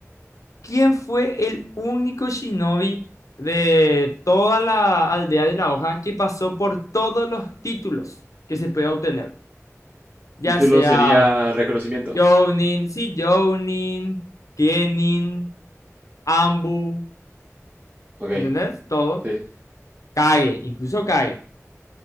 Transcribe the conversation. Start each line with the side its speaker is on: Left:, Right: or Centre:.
Left: ¿quién fue el único shinobi de toda la aldea de la hoja que pasó por todos los títulos que se puede obtener? Ya
Right: Título
Left: sea
Right: sería Reconocimientos.
Left: Jounin, sí, Jounin, Kenin, Ambu,
Right: Ok,
Left: ¿entendés? Todo.
Right: sí.
Left: Kage, incluso Kage.